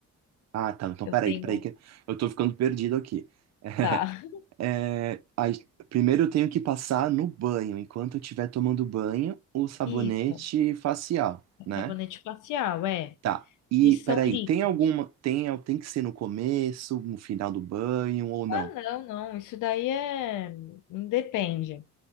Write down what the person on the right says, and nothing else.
Ah, tá. Então,
peraí,
peraí que eu tô ficando perdido aqui. <laughs>
É, aí, primeiro eu tenho que passar no banho, enquanto eu estiver tomando banho, o sabonete
facial, né?
Tá. E
peraí,
tem alguma. Tem, tem que ser no começo, no final do banho ou não?